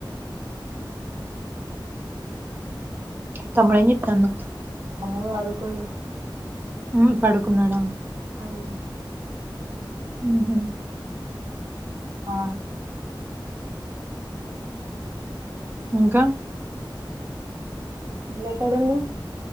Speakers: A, on the right; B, on the right.
A: తమ్ముడేమ్ చేత్తాండు
B: తమ్ముడు పడుకుండు
A: మ్మ్ పడుకున్నాడ
B: మ్మ్
A: హ్మ్ హు
B: ఆ
A: ఇంకా
B: చెల్లి ఎక్కడుంది?